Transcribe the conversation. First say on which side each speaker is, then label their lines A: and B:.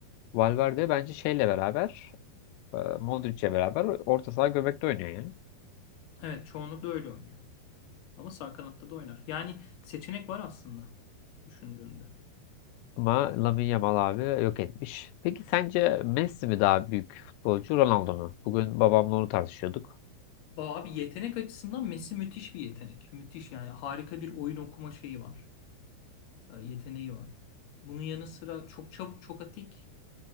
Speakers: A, on the left; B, on the left.
A: Valverde bence şeyle beraber e, Modric'le beraber orta saha göbekte oynuyor yani.
B: Evet çoğunlukla öyle oynuyor. Ama sağ kanatta da oynar. Yani seçenek var aslında düşündüğünde.
A: Ama Lamine Yamal abi yok etmiş. Peki sence Messi mi daha büyük futbolcu Ronaldo mu? Bugün babamla onu tartışıyorduk.
B: Ba- Abi yetenek açısından Messi müthiş bir yetenek. Müthiş yani harika bir oyun okuma şeyi var. e, yeteneği var. Bunun yanı sıra çok çabuk, çok atik.